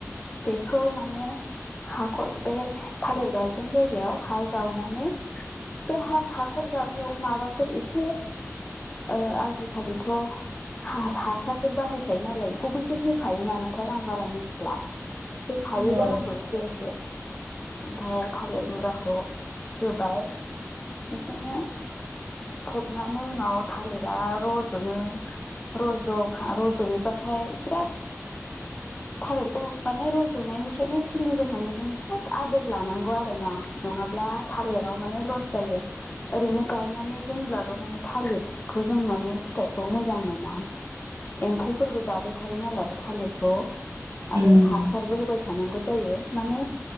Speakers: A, on the left; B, on the right.
A: बेखौ माने हाखर बे थालिर गायगोन जायगायाव हा जावनानै बे हा हाखर जावनायाव माबाफोर एसे ओ आजिखालिथ' हा हासारफोर बाहायखायो नालाय बेखौबो एसे होफायो नामाथाय आं बारा मिथिला होफायो
B: औ
A: जानांगौ एसे एसे ओमफ्राय थालिर मुराखौ होबाय बिदिनो फबनानै उनाव थालिरा रज'नो रज' रज'योबाथाय बिराद
B: <inaudible>
A: थालिरखौ माने रज'नायनिफ्रायनो खिलि जेननायनिफ्रायनो बिराद आदोर लानांगौ आरोना नङाब्ला थालिराव माने लस जायो ओरैनो गायनानै दोनब्लाल' माने थालिर खौ जों माने फिथाइखौ मोजां मोना एम्फौफोरबो जाबाय थायो नालाय थालिरखौ आरो
B: उम
A: हासारबो होबाय थानांगौ जायो माने